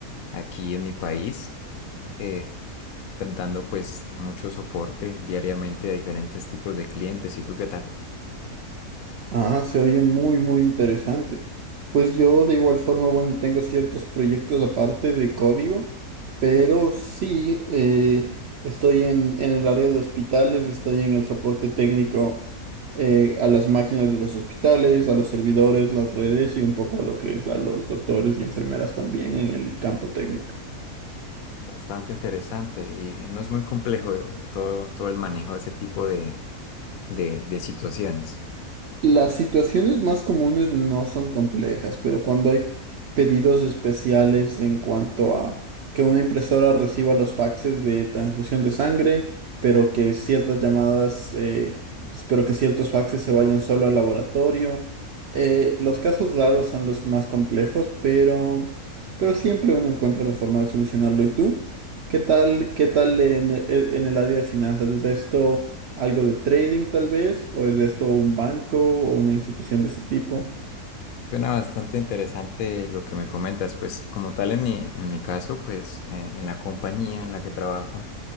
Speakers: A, on the left; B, on the right.
A: aquí en mi país, eh, tra- dando pues mucho soporte diariamente a diferentes tipos de clientes. ¿Y tú qué tal?
B: Ah, se oye muy, muy interesante. Pues yo de igual forma, bueno, tengo ciertos proyectos aparte de código, pero sí, eh, estoy en, en el área de hospitales, estoy en el soporte técnico eh, a las máquinas de los hospitales, a los servidores, las redes y un poco a lo que es a los doctores y enfermeras también en el campo técnico.
A: Bastante interesante y no es muy complejo todo, todo el manejo de ese tipo de, de de situaciones.
B: Las situaciones más comunes no son complejas, pero cuando hay pedidos especiales en cuanto a que una impresora reciba los faxes de transfusión de sangre, pero que ciertas llamadas, eh, pues, pero que ciertos faxes se vayan solo al laboratorio. Eh, los casos raros son los más complejos, pero, pero siempre uno encuentra la forma de solucionarlo. ¿Y tú? ¿Qué tal, qué tal en, e- en el área de finanzas? ¿Es de esto algo de trading tal vez? ¿O es de esto un banco o una institución de ese tipo?
A: Suena bastante interesante lo que me comentas, pues como tal en mi, en mi caso, pues eh, en la compañía en la que trabajo